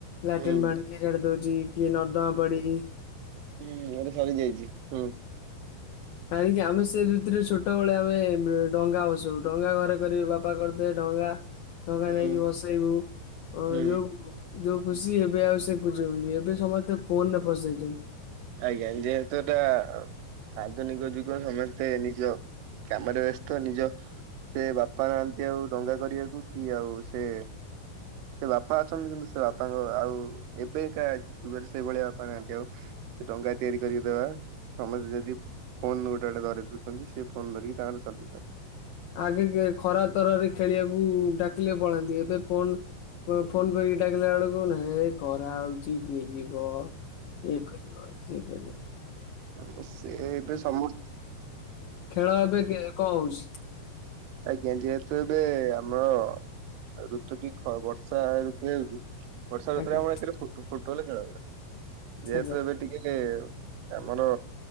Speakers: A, on the left; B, on the right.
A: ଲାଟିନ
B: ହୁଁ
A: ପାଣି କିଏ ଛାଡ଼ି ଦଉଛି କିଏ ନିର୍ଦମା ପାଣି।
B: ହୁଁ ମୋର ସରିଯାଇଛି ହୁଁ।
A: କାହିଁକି ଆମେ ସେ ଋତୁରେ ଛୋଟବେେଳେ ଆମେ ଡଙ୍ଗା ବସୁ ଡଙ୍ଗା ଘରେ କରିବେ ବାପା କରିଦେ। ଡଙ୍ଗା ଡଙ୍ଗା
B: ହୁଁ
A: ନେଇକି ବସେଇବୁ ଅ
B: ହୁଁ
A: ଯୋଉ ଯୋଉ ଖୁସି ଏବେ ଆଉ ସେ ଖୁଜିବନି ଏବେ ସମସ୍ତେ ଫୋନ ରେ ପସେଇଛନ୍ତି।
B: ଆଜ୍ଞା ଯେହେତୁ ଏଟା ଆଧୁନିକ ଯୁଗ ସମସ୍ତେ ନିଜ କାମରେ ବ୍ୟସ୍ତ ନିଜ ସେ ବାପା ନାହାନ୍ତି ଆଉ ଡଙ୍ଗା କରିବାକୁ କି ଆଉ ସେ ସେ ବାପା ଅଛନ୍ତି କିନ୍ତୁ ସେ ବାପାଙ୍କ ଆଉ ଏବେ ଏକା ଯୁଗରେ ସେଇଭଳିଆ ବାପା କାହାନ୍ତି ଆଉ କ'। ସେ ଡଙ୍ଗା ତିଆରି କରିକି ଦେବା ସମସ୍ତେ ଯଦି। ଫୋନ୍ ଗୋଟେ ଗଟେ ଧରି ଦେଉଛନ୍ତି ସେ ଫୋନ୍ ଧରିକି ତାଙ୍କର ଚଲେଇଛନ୍ତି।
A: ଆଗେ ଖରା ତରାରେ ଖେଳିବାକୁ ଡାକିଲେ ପଳାନ୍ତି ଏବେ ଫୋନ। ଫୋନ କରିକି ଡାକିଲା ବେଳକୁହୁ ଏଇ କରାଉଛି। କିଏ ଯିବ କରିବାିବାର ଯେ କରିବାିବ।
B: ହଁ ସେ ଏବେ ସମ
A: ଖେଳ ଏବେ କଣ ହଉଛି।
B: ଆଜ୍ଞା ଯେହେତୁ ଏବେ ଆମର। ଋତୁ ଟ ବର୍ଷା ଋତୁ ହେଉଚ୍ଛି ବର୍ଷର
A: ଆଜ୍ଞା
B: ତୁରେ ଆମ ଭିତରେ ଫୁଟବଲ୍ ଖେଳ ହୁଏ ଯେହେତୁ
A: ଆଜ୍ଞା
B: ଏବେ ଟିକେ ଆମର